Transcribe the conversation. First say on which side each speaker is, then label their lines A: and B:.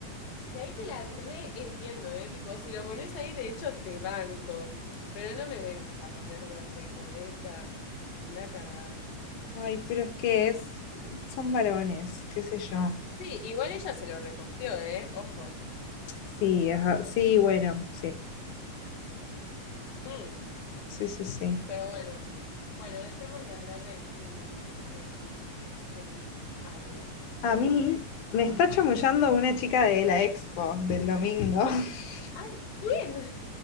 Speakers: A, on the left; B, on the left.
A: Y ahí te la re entiendo, ¿eh? Tipo, si lo pones ahí, de hecho te banco. Pero no me vengas a poner de Recoleta. Anda a cagar.
B: Ay, pero es que es, son varones, qué sé yo.
A: Sí, igual ella se lo reposteó, ¿eh? Ojo.
B: Sí, ajá, sí, bueno, sí,
A: Hmm.
B: sí, sí, sí.
A: Pero bueno. Bueno, dejemos de hablar de mi, de mi, de mi algo.
B: A
A: Eh,
B: mí me está chamullando una chica de la expo del domingo. <laughs>
A: ¡Ay, quién!